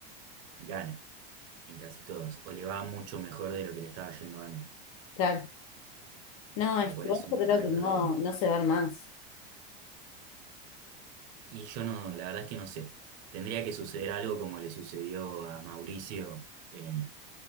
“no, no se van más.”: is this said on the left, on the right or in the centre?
Left